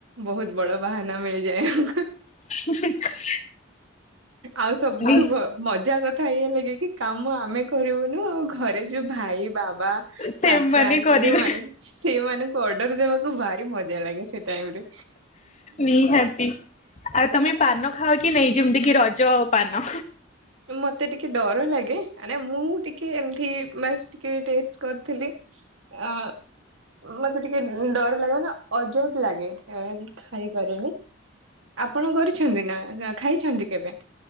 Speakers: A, on the right; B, on the left.
A: ବହୁତ ବଡ ବାହାନା ମିଳିଯାଏ ଆମକୁ।
B: <unintelligible>
A: ଆଉ ସବୁଠୁ
B: ନି
A: ଭ ମଜା କଥା ଏଇଆ ଲାଗେ କିି କାମ ଆମେ କରିବୁନୁ ଆଉ ଘରେ ଯୋଉ ଭାଇ। ବାବା
B: ସେମାନେ
A: ଚାଚା <unintelligible>
B: କରିବେ
A: ଯୋଉମାନେ ସେମାନଙ୍କୁ ଅର୍ଡର ଦେବାକୁ ଭା ମଜା ଲାଗେ ସେ ଟାଇମରେ।
B: ନିହାତି। ଆଉ ତମେ ପାନ ଖାଅ କି ନେଇ ଯେମିତି କି ରଜ ପାନ।
A: ମତେ ଟିକେ ଡର ଲାଗେ ମାନେ ମୁଁ ଟିକେ ଏମତି ବାସ। ଟିକେ ଟେଷ୍ଟ କରିଥିଲି ଅ ମତେ ଟିକେ ଡର ଲାଗେ ମାନେ ଅଜବ ଲାଗେ ଖାଇପାରେନି। ଆପଣ କରିଛନ୍ତି ନା ଖାଇଛନ୍ତି କେବେ?